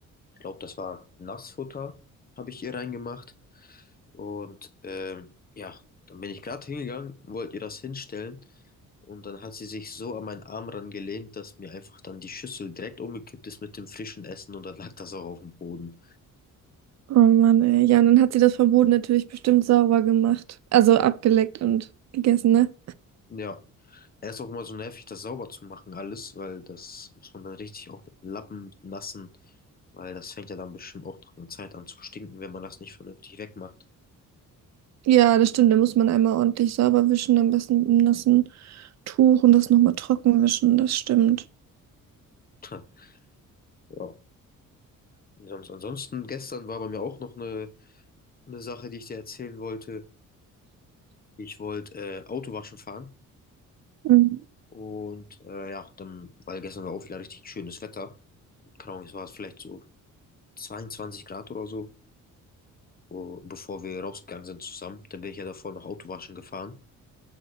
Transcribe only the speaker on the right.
Oh Mann, ey. Ja, und dann hat sie das Verbot natürlich bestimmt sauber gemacht. Also abgeleckt und gegessen, ne?
Ja, das stimmt. Da muss man einmal ordentlich sauber wischen, am besten mit einem nassen Tuch und das nochmal trocken wischen. Das stimmt.
Mhm.